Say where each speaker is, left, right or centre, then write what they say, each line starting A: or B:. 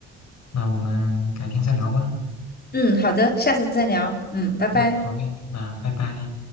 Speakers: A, on the left; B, on the left.
A: 那我们改天再聊吧。
B: 嗯，好的，下次再聊。嗯，拜拜。
A: 嗯，好嘞，那拜拜。